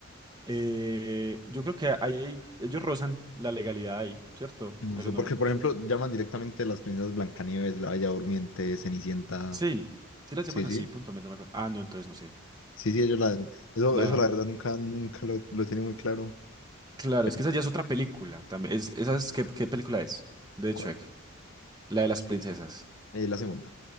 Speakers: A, on the right; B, on the left.
A: Eh, yo creo que ahí hay- ellos rozan la legalidad ahí, ¿cierto?
B: No
A: Pero
B: sé,
A: no,
B: porque, por ejemplo, llaman directamente a las princesas Blancanieves, la Bella Durmiente, Cenicienta.
A: sí, sí las
B: Sí,
A: llaman
B: sí,
A: así puntualmente, no me acuerdo. Ah, no, entonces no sé.
B: sí, sí, ellos la, eso,
A: Ah,
B: eso la verdad nunca, nunca lo, lo tiene muy claro.
A: claro,
B: Pero,
A: es que esa ya es otra película también. Es, esa es- ¿qué, qué película es? De
B: ¿cuál?
A: Shrek, la de las princesas.
B: Eh, la segunda.